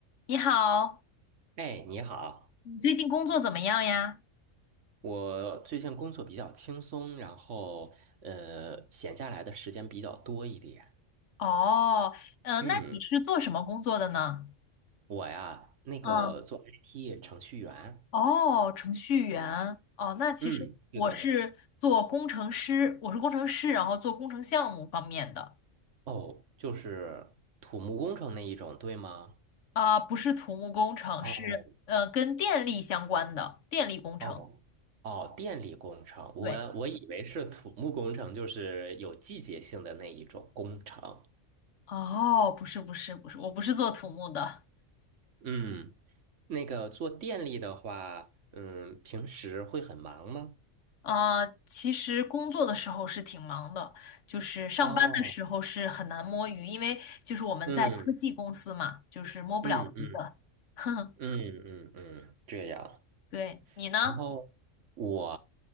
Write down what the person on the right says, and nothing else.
哎，你好，
我最近工作比较轻松，然后呃，闲下来的时间比较多一点。
嗯，
我呀，那个做
IT 程序员，
嗯，是的，
哦，就是土木工程那一种，对吗？
哦
哦哦，电力工程，我我以为是土木工程，
就是有季节性的那一种工程。
嗯，那个做电力的话，嗯，平时会很忙吗？
哦，
嗯
嗯嗯
嗯嗯嗯，这样。
然后我